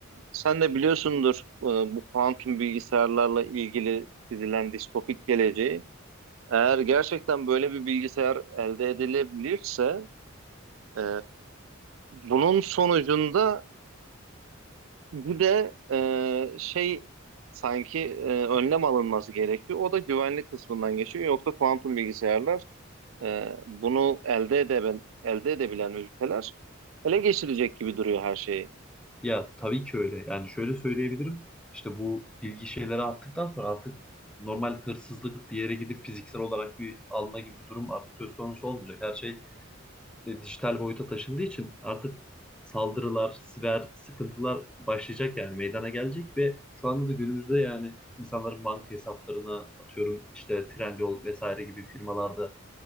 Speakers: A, on the right; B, in the centre.
A: sen de biliyorsundur e, bu kuantum bilgisayarlarla ilgili dizilen distopik geleceği. Eğer gerçekten böyle bir bilgisayar elde edilebilirse e, bunun sonucunda Bir de e, şey sanki e, önlem alınması gerekiyor. O da güvenlik kısmından geçiyor. Yoksa kuantum bilgisayarlar e, bunu elde edebilen, elde edebilen ülkeler ele geçirecek gibi duruyor her şeyi.
B: Ya tabii ki öyle. Yani şöyle söyleyebilirim. İşte bu bilgi şeyleri arttıktan sonra artık normal hırsızlık bir yere gidip fiziksel olarak bir alma gibi bir durum artık söz konusu olmayacak. Her şey e, dijital boyuta taşındığı için artık saldırılar, siber sıkıntılar başlayacak yani meydana gelecek ve şu anda da günümüzde yani insanların banka hesaplarına atıyorum işte Trendyol vesaire gibi firmalarda